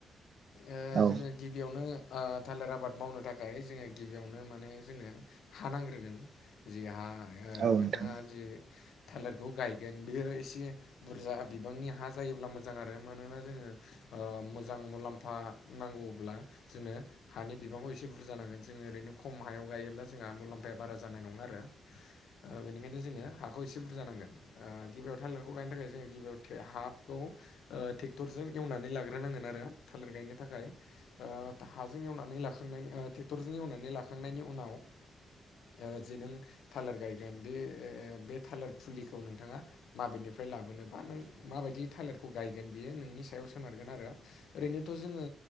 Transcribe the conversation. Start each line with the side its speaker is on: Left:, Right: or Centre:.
Left: ओ
Right: औ
Left: जोङो गिबियावनो। ओ थालेर आबाद मावनो थाखाय जोंनो गिबियावनो माने जोंनो हा नांग्रोगोन जि हा ओ
Right: औ
Left: नोंथाङा
Right: नोंथां
Left: जि थालिरखौ गायगोन बेयो एसे बुरजा। बिबांनि हा जायोब्ला मोजां आरो मानोना जोङो ओ मोजां मुलाम्फा। नांगौब्ला जोंनो हानि बिबांखौ एसे बुरजा नांगोन। जोङो ओरैनो खम हायाव गायोब्ला जोंहा मुलाम्फाया बारा जानाय नङा आरो। ओ बेनिखायनो जोङो हाखौ एसे बुरजा नांगोन ओ गिबियाव थालिरखौ गायनो थाखाय जोङो गिबियाव। हाखौ ओ टेक्टरजों एवनानै लाग्रोनांगोन आरो थालिर गायनो थाखाय। ओ हाजों एवनानै लाखांनायनि ओ टेक्टरजों एवनानै लाखांनायनि उनाव। ओ जे नों थालेर गायगोन बे बे थालेर फुलिखौ नोंथाङा माबेनि फ्राय लाबोनोबा नों। माबायदि थालिरखौ गायगोन बियो नोंनि सायाव सोनारगोन आरो ओरैनोथ' जोङो